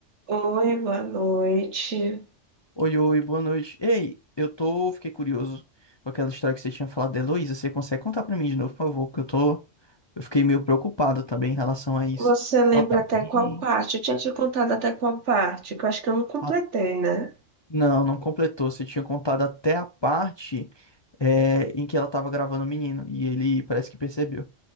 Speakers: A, on the right; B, on the left.
A: Oi, boa noite.
B: Oi, oi, boa noite. Ei, eu tô, fiquei curioso com aquela história que você tinha falado da Heloísa. Você consegue contar pra mim de novo, por favor? Que eu tô, eu fiquei meio preocupado também em relação a isso.
A: Você lembra
B: Ela tá
A: até
B: bem?
A: qual parte? Eu tinha te contado até qual parte, que eu acho que eu não completei,
B: Ah,
A: né?
B: não, não completou. Você tinha contado até a parte, é, em que ela tava gravando o menino e ele parece que percebeu.